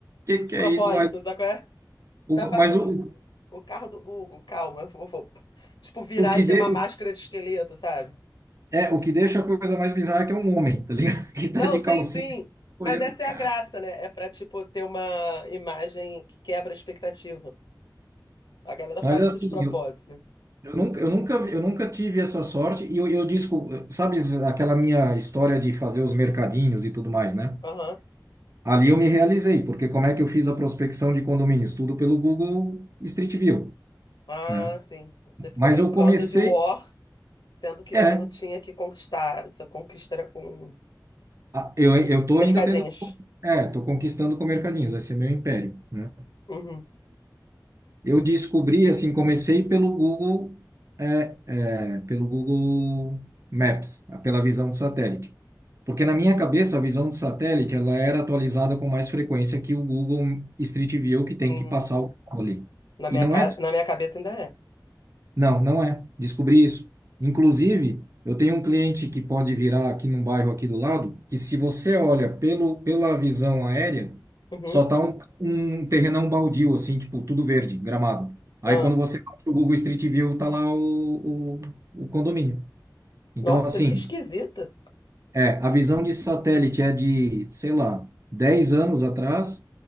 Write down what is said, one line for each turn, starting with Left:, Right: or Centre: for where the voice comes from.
Right: que
Left: De
Right: que
Left: propósito,
Right: é isso? Mas
Left: sabe qual é?
Right: o,
Left: Tá passando
Right: mas o,
Left: o carro do Google, calma, eu vou, vou, tipo, virar
Right: o que,
Left: e
Right: de,
Left: ter uma máscara de esqueleto, sabe?
Right: É, o que deixa a coisa mais bizarra é que é um homem, tá ligado? <laughs> Que tá
Left: Não,
Right: de
Left: sim,
Right: calcinha
Left: sim.
Right: olhando,
Left: Mas essa
Right: cara.
Left: é a graça, né? É pra, tipo, ter uma imagem que quebra a expectativa. A galera faz
Right: Mas assim,
Left: isso de propósito.
Right: eu,
Left: né?
Right: eu nunca, eu nunca, vi- eu nunca tive essa sorte e eu, eu disco, sabe aquela minha história de fazer os mercadinhos e tudo mais, né?
Left: Aham.
Right: Ali eu me realizei, porque como é que eu fiz a prospecção de condomínios? Tudo pelo Google Street View,
Left: Ah,
Right: né?
Left: sim. Você ficou
Right: Mas
Left: brincando
Right: eu comecei,
Left: de war, sendo que
Right: é,
Left: você não tinha que conquistar. Você conquista era com
Right: a- eu, eu tô
Left: mercadinhos.
Right: ainda tendo, é, tô conquistando com mercadinhos, vai ser meu império, né?
Left: Uhum,
Right: Eu descobri, assim, comecei pelo Google, é, é, pelo Google Maps, pela visão de satélite. Porque na minha cabeça, a visão de satélite, ela era atualizada com mais frequência que o Google Street View, que tem
Left: uhum.
Right: que passar o carro ali.
Left: Na minha,
Right: E não
Left: ca-
Right: é
Left: Na minha cabeça ainda é.
Right: não, não é. Descobri isso. Inclusive, eu tenho um cliente que pode virar aqui num bairro aqui do lado, que se você olha pelo, pela visão aérea,
Left: Uhum.
Right: só tá um, um terrenão baldio, assim, tipo, tudo verde, gramado. Aí
Left: Ah.
Right: quando você baixa o Google Street View, tá lá o, o, o condomínio. Então,
Left: Nossa,
Right: assim,
Left: que esquisita.
Right: é, a visão de satélite é de, sei lá, 10 anos atrás